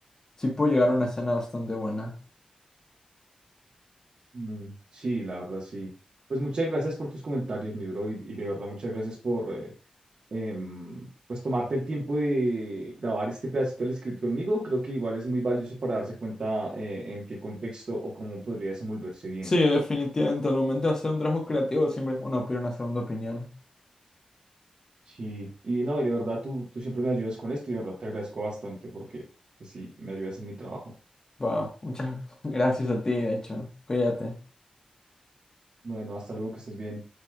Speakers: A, on the left; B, on the right.
A: sí puede llegar a una escena bastante buena.
B: Mm, sí, la verdad, sí. Pues muchas gracias por tus comentarios, mi bro, y, y de verdad muchas gracias por eh, em, pues tomarte el tiempo de grabar este pedacito del script conmigo. Creo que igual es muy valioso para darse cuenta eh, en qué contexto o cómo podría desenvolverse bien.
A: Sí, definitivamente, al momento de hacer un trabajo creativo siempre es bueno pedir una segunda opinión.
B: Sí, y no, y de verdad tú, tú siempre me ayudas con esto y de verdad te agradezco bastante porque pues, sí, me ayudas en mi trabajo.
A: Wow, muchas <laughs> gracias a ti, de hecho. Cuídate.
B: Bueno, hasta luego, que estés bien.